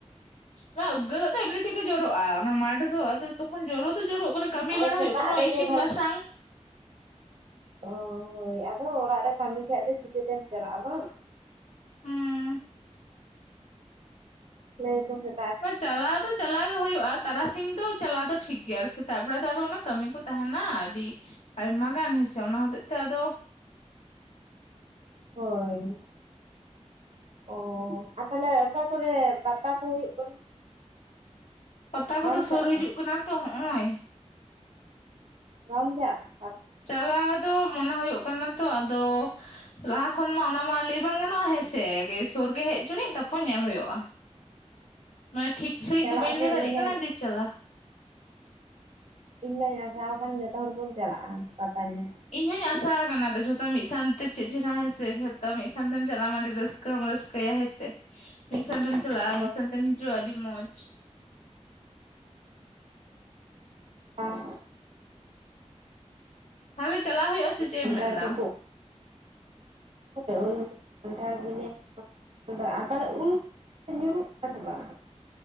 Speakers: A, on the left; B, on the right.
A: ᱵᱟ ᱩᱫᱜᱟᱹᱨ ᱫᱟᱜ ᱫᱚ ᱮᱢᱱᱤᱛ ᱛᱮᱜᱮ ᱡᱚᱨᱚᱜᱼᱟ ᱚᱱᱟ ᱢᱟᱴ ᱫᱚ ᱟᱫᱚ ᱛᱚᱠᱷᱚᱱ ᱡᱚᱨᱚ ᱫᱚ ᱡᱚᱨᱚᱜ ᱠᱟᱱᱟ ᱠᱟᱹᱢᱤ
B: ᱟᱫᱚ
A: ᱵᱟᱲᱟ
B: ᱥᱮᱛᱟᱜ
A: ᱦᱩᱭᱩᱜ ᱠᱟᱱᱟ
B: ᱨᱮᱜᱮ
A: ᱤᱥᱤᱱ ᱵᱟᱥᱟᱝ
B: ᱚᱸ ᱦᱳᱭ ᱟᱫᱚ ᱚᱲᱟᱜ ᱨᱮ ᱠᱟᱹᱢᱤ ᱠᱷᱟᱡ ᱫᱚ ᱪᱤᱠᱟᱹ ᱛᱮᱢ ᱪᱟᱞᱟᱜᱼᱟ ᱵᱟᱝ
A: ᱦᱩᱸ
B: ᱞᱟᱹᱭ ᱟᱠᱚ ᱥᱮ
A: ᱪᱟᱞᱟᱣ ᱫᱚ ᱪᱟᱞᱟᱣ ᱜᱮ ᱦᱩᱭᱩᱜᱼᱟ ᱛᱟᱨᱟᱥᱤᱧ ᱫᱚ ᱪᱟᱞᱟᱣ ᱫᱚ ᱴᱷᱤᱠ ᱜᱮᱭᱟ ᱥᱮᱛᱟᱜ ᱵᱮᱲᱟ ᱫᱚ ᱚᱱᱟ ᱠᱟᱹᱢᱤ ᱠᱚ ᱛᱟᱦᱮᱱᱟ ᱟᱹᱰᱤ ᱟᱭᱢᱟ ᱜᱟᱱ ᱦᱮᱸᱥᱮ ᱚᱱᱟ ᱦᱚᱛᱮᱡ ᱛᱮ ᱟᱫᱚ
B: ᱦᱳᱭ ᱚᱸ ᱛᱟᱦᱚᱞᱮ ᱚᱠᱟ ᱠᱚᱨᱮ ᱯᱟᱛᱟ ᱠᱚ ᱦᱩᱭᱩᱜ ᱠᱟᱱᱟ
A: ᱯᱟᱛᱟ ᱠᱚᱫᱚ
B: ᱵᱟᱢ
A: ᱥᱩᱨ
B: ᱪᱟᱞᱟᱜᱼᱟ
A: ᱦᱤᱡᱩᱜ ᱠᱟᱱᱟ ᱛᱚ ᱦᱚᱜᱼᱚᱭ
B: ᱵᱟᱢ ᱪᱟᱼᱟ
A: ᱪᱟᱞᱟᱣ ᱫᱚ ᱢᱚᱱᱮ ᱦᱩᱭᱩᱜ ᱠᱟᱱᱟ ᱛᱚ ᱟᱫᱚ ᱞᱟᱦᱟ ᱠᱷᱚᱱ ᱢᱟ ᱚᱱᱟᱢᱟ ᱞᱟᱹᱭ ᱵᱟᱝ ᱜᱟᱱᱚᱜᱼᱟ ᱦᱮᱸᱥᱮ ᱥᱩᱨ ᱜᱮ ᱦᱮᱡ ᱡᱚᱱᱤᱡ ᱛᱟᱯᱚᱨ ᱧᱮᱞ ᱦᱩᱭᱩᱜᱼᱟ
B: <inaudible>
A: ᱢᱟᱱᱮ ᱴᱷᱤᱠ ᱥᱟᱺᱦᱤᱡ
B: ᱪᱟᱞᱟᱜ
A: ᱫᱚ ᱵᱟᱹᱧ
B: ᱟᱵᱚᱱ
A: ᱞᱟᱹᱭ
B: ᱤᱧ
A: ᱫᱟᱲᱮᱭᱟᱜ
B: ᱢᱟ
A: ᱠᱟᱱᱟ ᱡᱮ ᱪᱟᱞᱟᱜ
B: ᱤᱧ ᱫᱚᱧ ᱟᱥᱟᱣ ᱟᱠᱟᱱ ᱡᱚᱛᱚ ᱦᱚᱲ ᱵᱚᱱ ᱪᱟᱞᱟᱜᱼᱟ ᱯᱟᱛᱟ ᱧᱮᱞ
A: ᱤᱧ ᱦᱚᱸᱧ ᱟᱥᱟ ᱟᱠᱟᱱᱟ ᱡᱷᱚᱛᱚ ᱢᱤᱫ ᱥᱟᱶᱛᱮ ᱪᱮᱫ ᱪᱮᱦᱨᱟ ᱦᱮᱸᱥᱮ ᱡᱷᱚᱛᱚ ᱢᱤᱫ ᱥᱟᱶᱛᱮᱢ ᱪᱟᱞᱟᱜ ᱢᱟ ᱟᱹᱰᱤ ᱨᱟᱹᱥᱠᱟᱹ ᱠᱟ. ᱢ ᱨᱟᱹᱥᱠᱟᱹᱭᱟ ᱦᱮᱸ ᱥᱮ
B: <inaudible>
A: ᱢᱤᱫ ᱥᱟᱱ ᱛᱮᱢ ᱪᱟᱞᱟᱜᱼᱟ
B: ᱦᱚᱞᱟ
A: ᱢᱤᱫ ᱥᱟᱱ ᱛᱮᱢ ᱦᱤᱡᱩᱜᱼᱟ ᱟᱹᱰᱤ ᱢᱚᱡᱽ
B: ᱦᱮᱸ
A: ᱛᱟᱦᱚᱞᱮ ᱪᱟᱞᱟᱜ ᱦᱩᱭᱩᱜᱼᱟ ᱥᱮ ᱪᱮᱫ
B: ᱠᱟᱱᱴᱷᱟᱲ
A: ᱮᱢ ᱢᱮᱱᱫᱟᱢ
B: ᱠᱚᱠᱚ <unintelligible> ᱧᱩᱨᱩᱜ ᱠᱟᱱᱟ ᱥᱮ ᱵᱟᱝ